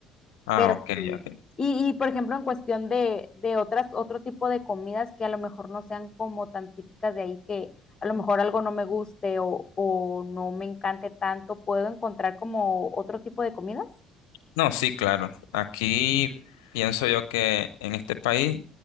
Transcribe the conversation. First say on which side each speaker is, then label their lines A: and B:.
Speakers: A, on the left; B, on the left.
A: Ah,
B: Pero
A: ok,
B: sí.
A: ok.
B: Y, y, por ejemplo, en cuestión de, de otras, otro tipo de comidas que a lo mejor no sean como tan típicas de ahí, que a lo mejor algo no me guste o, o no me encante tanto, ¿puedo encontrar como otro tipo de comidas?
A: No, sí, claro. Aquí pienso yo que en este país